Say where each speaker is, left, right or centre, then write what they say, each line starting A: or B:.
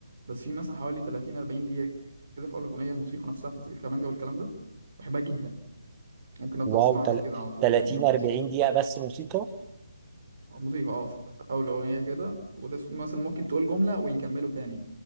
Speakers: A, on the right; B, on the right.
A: بس في مثلا حوالي 30 40 دقيقه كده في اول الاغنيه الموسيقى نفسها بتاعت الكمانجه والكلام ده بحبها جدا ممكن افضل
B: واو
A: اسمعها
B: تل...
A: كده على طول
B: 30
A: طول اليوم
B: 40
A: بس
B: دقيقة بس موسيقى
A: الموسيقى اه في اول الاغنيه كده وتس... مثلا ممكن تقول جمله ويكملوا تاني